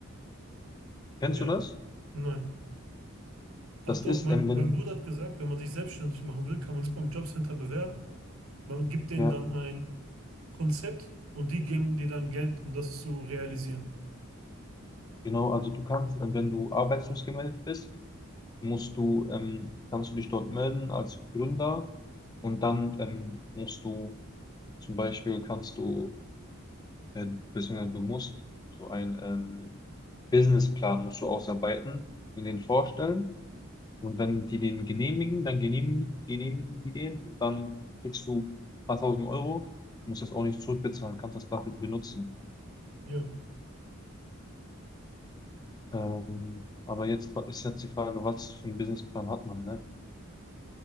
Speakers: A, on the left; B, on the right.
A: Kennst
B: Ja,
A: du das?
B: nein. Ach
A: Das
B: doch,
A: ist,
B: mein,
A: ähm, wenn,
B: mein Bruder hat gesagt, wenn man sich selbstständig machen will, kann man sich beim Jobcenter bewerben. Man gibt denen
A: ja,
B: dann ein Konzept und die geben dir dann Geld, um das zu realisieren.
A: genau, also du kannst, ähm, wenn du arbeitslos gemeldet bist, musst du, ähm, kannst du dich dort melden als Gründer und dann ähm, musst du, zum Beispiel kannst du äh, beziehungsweise du musst so einen ähm, Businessplan musst du ausarbeiten und den vorstellen. Und wenn die den genehmigen, dann genehmigen, genehmigen die den und dann kriegst du ein paar tausend Euro, musst das auch nicht zurückbezahlen, kannst das dafür benutzen.
B: Ja,
A: Ähm, aber jetzt fra- ist jetzt die Frage, was für einen Businessplan hat man, ne?